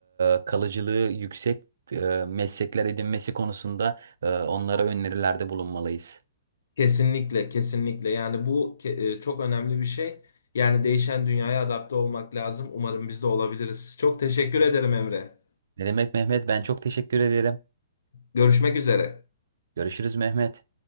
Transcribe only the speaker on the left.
Kesinlikle, kesinlikle. Yani bu ke- e, çok önemli bir şey. Yani değişen dünyaya adapte olmak lazım. Umarım biz de olabiliriz. Çok teşekkür ederim Emre.
Görüşmek üzere.